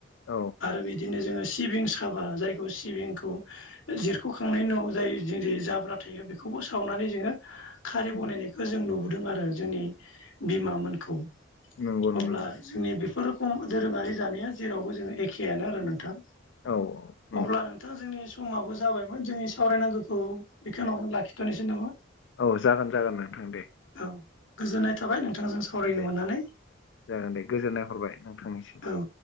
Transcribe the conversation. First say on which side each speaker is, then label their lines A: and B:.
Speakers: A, on the left; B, on the left.
A: औ
B: आरो बिदिनो जोङो सि सिबिं साबा जायखौ सिबिंखौ जिरख'खांनायनि उनाव जाय जेरै जाब्रा थायो बेखौबो सावनानै जोङो खारि
A: उम
B: बनायनायखौ जों नुबोदों आरो जोंनि बिमामोनखौ।
A: नंगौ नंगौ
B: अब्ला जोंनि बेफोर रखम दोरोङारि जानाया जेरावबो जोङो एखेयानो आरो नोंथां।
A: औ नंगौ
B: अब्ला नोंथां जोंनि समाबो जाबायमोन जोंनि सावरायनांगौखौ बेखिनियावनो लाखिथ'नोसै नामा?
A: औ जागोन जागोन नोंथां दे।
B: औ गोजोननाय थाबाय नोंथांजों सावरायनो
A: दे
B: मोननानै।
A: जागोन दे गोजोननाय हरबाय नोंथांनिसिमबो।
B: औ